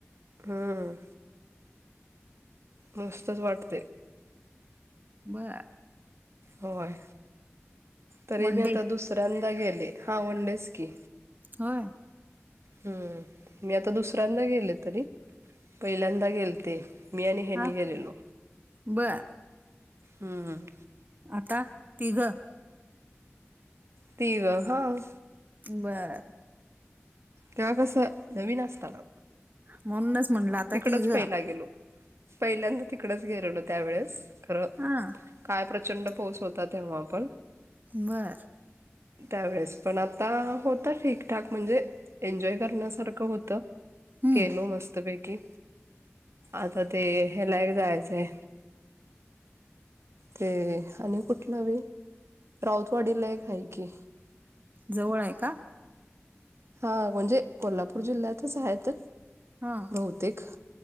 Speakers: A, on the right; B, on the right.
A: हम्म. मस्तच वाटते.
B: बर
A: होय. तरी
B: वनडे
A: मीआता दुसऱ्यांदा गेले. हा म्हणालीस कि,
B: होय
A: हम्म. मी आता दुसऱ्यांदा गेले तरी. पहिल्यांदा गेलते मी आणि हनी
B: हा
A: गेलेलो.
B: बर
A: हम्म हम्म
B: आता तिघ
A: तिघ ह.
B: बर
A: तेव्हा कस नवीन असताना.
B: म्हूणनच म्हटल आता
A: तिकडच
B: तीघ.
A: पहिला गेलो. पहिल्यांदा तिकडच गेलेलो त्यावेेळेस खर.
B: हा
A: काय प्रचंड पाऊस होता तेव्हा पण.
B: बर
A: त्यावेेळेस पण आता होता ठीकठाक म्हणजे. एन्जॉय करण्यासारख होत.
B: हम्म
A: केलो मस्तपैकी आता ते हेला ही जायचय हे. ते आणि कुठला व रावतवाडीला एक आहे की.
B: जवळ आहे का?
A: हा म्हणजे कोल्हापूर जिल्ह्यातच आहेत.
B: हा
A: बहुतेक.